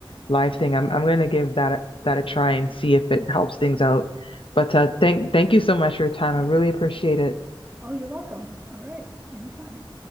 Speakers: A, on the left (about 75°); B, on the right (about 20°).
A: live thing. I'm I'm gonna give that a- that a try and see if it helps things out. But uh, thank thank you so much for your time.
B: yeah.
A: I really appreciate it.
B: Oh, you're welcome. All right. Anytime.